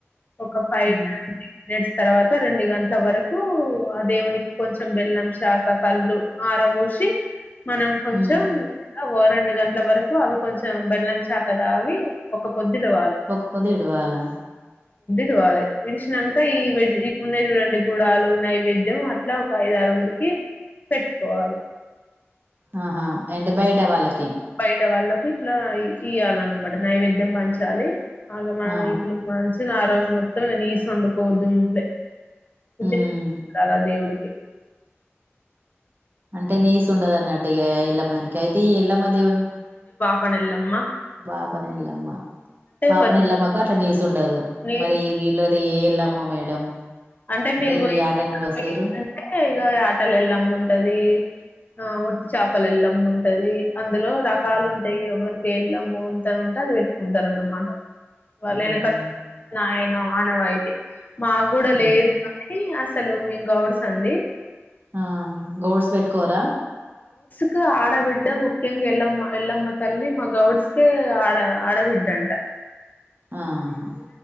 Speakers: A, on the left; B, on the right.
A: ఒక ఫైవ్
B: ఉమ్
A: ట్ంటీ మినిట్స్ తర్వాత రెండు గంటల వరకు ఆ దేవునికి కొంచెం బెల్లం శాక కళ్ళు ఆరబోసి మనం కొంచెం
B: ఉమ్.
A: ఓ రెండు గంటల వరకు అవి కొంచెం బెళ్ళంచా కదా అవి ఒక పొద్దుటవాలి
B: ఒక్క పొద్ ఇడవాలా
A: దూవాలే విడిచినంక ఈ వెజ్ ఇ ఉన్నాయి చూడండి గుూడాలు నైవేద్యం అట్లా ఒక ఐదారుగురికి పెట్టుకోవాలే
B: ఆహా ఇంటి బయట వాళ్ళకి కీ
A: ఇట్ట వాళ్ళలకు ఇట్లా ఇయ్వాలన్నమాట నైవేద్యం పంచాలి ఆల్ మనం
B: ఆ
A: ఇడ్లుగ్ వాంచి ఆ రోజు మొత్తం నీసు వండుకోవద్దు ఇంట్లే
B: ఉమ్
A: చి కాలదేవు డుకి
B: అంటే నీస్ ఉండదన్నట్టు ఇ ఎల్ మనికి అయితే ఈ ఎలమదేవుని
A: పనలమ్మా
B: బాపని ఎల్లమ్మ బాపని
A: కొంచెం
B: ఎల్లమ్మకు అట్లా నీస్ ఉండదు
A: నీస్
B: మరి ఈ వీళ్ళద ఏ ఎలమ అమ్మో మేడం
A: అంటే మీరు
B: వీళ్ళు
A: పోయి
B: యాటానికి కోసిర్రు
A: అంటే ఇక ఆటలు ఎళ్ళమ్మ ఉంటది ఆ వట్టి చేపలు ఎల్లమ్ ఉంటది అందులో రకాలు
B: ఉమ్
A: ఉంటాయి ఎవరికేళ్ళ ంతన ఉంటే అది పెట్టుకుంటారన్నమాట వాళ్ళే
B: ఉమ్
A: కట్టనా లయన మానవా అయితే మా కూడా
B: ఉమ్.
A: లేదు కాని అస అసలు మేము గౌడ్స్ అండి
B: ఆ గౌడ్స్బ్ వెట్కోరా
A: క ఆడబిడ్డ ముఖ్యంగా ఎల్లమ్మ ఎల్లమ్మ తల్లి మా గౌడ్స్ ఆడ ఆడబిడ్డ అంట
B: ఆహా